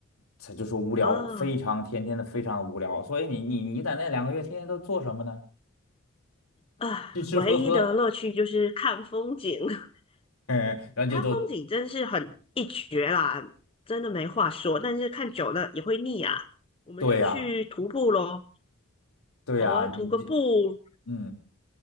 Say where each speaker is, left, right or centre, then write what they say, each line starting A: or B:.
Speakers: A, on the left (about 90°); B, on the left (about 25°).
A: 他就说无聊，
B: 啊，
A: 非常天天的非常的无聊。所以你你你在那两个月天天都做什么呢？
B: 啊，
A: 吃吃喝喝，
B: 唯一的乐趣就是看风景，<laughs>
A: <laughs> 嗯，然后就就
B: 它风景真是很一绝啦，真的没话说。但是看久了也会腻啊，我们就去徒步咯，
A: 对呀、对呀、
B: 偶尔徒个步，
A: 你这嗯